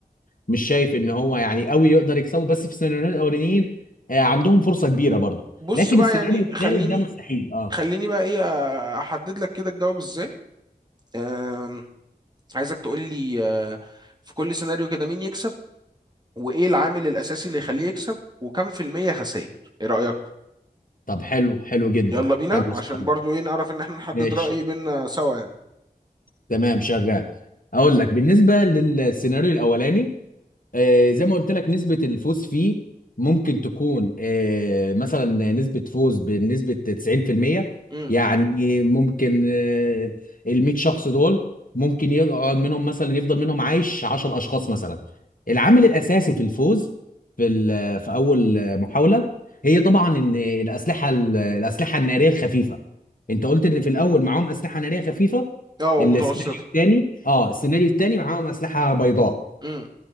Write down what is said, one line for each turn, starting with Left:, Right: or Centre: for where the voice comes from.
Left: مش شايف ان هو يعني قوي يقدر يكسبه بس في السيناريوهين الاولانيين آه، عندهم فرصه كبيره برضو
Right: بص
Left: لكن
Right: بقى
Left: السيناريو
Right: يعني
Left: الثالث
Right: خليني
Left: ده مستحيل اه
Right: خليني بقى ايه احدد لك كده الجواب ازاي آم، عايزك تقول لي آه، في كل سيناريو كده مين يكسب وايه العامل الاساسي اللي يخليه يكسب وكم في المية خسائر ايه رأيك
Left: طب حلو حلو جدا
Right: يلا بينا
Left: حلو
Right: عشان
Left: السؤال
Right: برضو
Left: ده.
Right: ايه نعرف ان احنا نحدد
Left: ماشي
Right: رأي بينا سوا يعني
Left: تمام شغال اقول لك بالنسبه للسيناريو الاولاني آه، زي ما قلت لك نسبة الفوز فيه ممكن تكون آه، مثلا نسبة فوز بنسبة 90%
Right: امم
Left: يعني ممكن آه، ال 100 شخص دول ممكن يقعد منهم مثلا يفضل منهم عايش 10 أشخاص مثلا العامل الأساسي في الفوز في ال- في أول محاولة هي طبعا إن الأسلحة ال- الأسلحة النارية الخفيفة أنت قلت إن في الأول معاهم أسلحة نارية خفيفة
Right: اه ومتوسطة
Left: السيناريو الثاني اه السيناريو الثاني معاهم أسلحة بيضاء
Right: امم